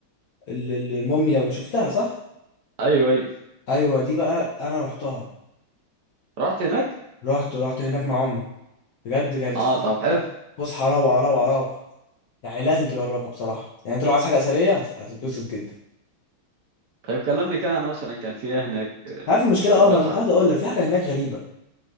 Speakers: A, on the left; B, on the right.
A: ال- الموميا وشفتها صح
B: ايوه ايوه
A: ايوه دي بقى انا رحتها
B: رحت هناك
A: رحت رحت هناك مع امي بجد كانت
B: اه
A: فسحه
B: طب حلو
A: فسحه روعه روعه روعه يعني لازم تجربها بصراحه يعني انت لو عايز حاجه اثريه هت- هتتبسط جدا
B: طيب كلمني كده انا مثلا كان في إيه هناك آه،
A: عارف المشكله اه
B: في المتحف
A: ما انا كنت عايز اقول لك في حاجه هناك غريبه